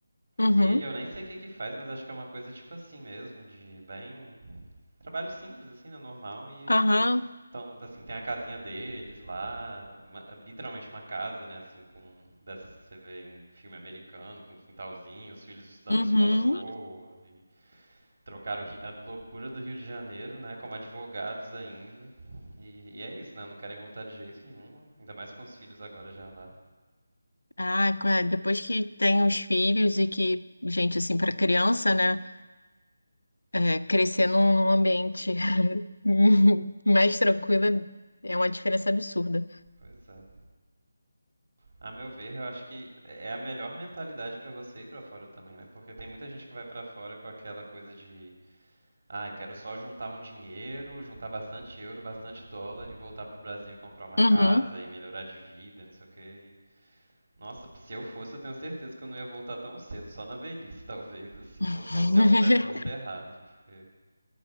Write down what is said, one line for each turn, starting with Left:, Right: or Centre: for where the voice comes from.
Left: uhum,
Right: Ele eu nem sei o que que faz, mas acho que é uma coisa tipo assim mesmo, de bem trabalho simples assim, né, normal e
Left: aham,
Right: então, assim, tem a casinha deles lá, uma- literalmente uma casa, né, assim, com dessas que você vê em filme americano, com quintalzinho, os filhos estudando
Left: uhum.
Right: em escola boa e Trocaram a loucura do Rio de Janeiro, né? Como advogados ainda. E, e é isso, né? Não querem voltar de jeito nenhum. Ainda mais com os filhos agora já lá.
Left: Ah, qua- depois que tem os filhos e que, gente, assim, para criança, né? É, crescer num, num ambiente <laughs> mais tranquilo é uma diferença absurda.
Right: Pois é. A meu ver, eu acho que é a melhor mentalidade pra você ir pra fora também, né? Porque tem muita gente que vai pra fora com aquela coisa de, ah, quero só juntar um dinheiro, juntar bastante euro, bastante dólar e voltar pro Brasil e comprar uma
Left: Uhum.
Right: casa e melhorar de vida, não sei o quê. Nossa, se eu fosse, eu tenho certeza que eu não ia voltar tão cedo, só na velhice, talvez, assim,
Left: <laughs>
Right: ou só se algo desse muito errado, porque.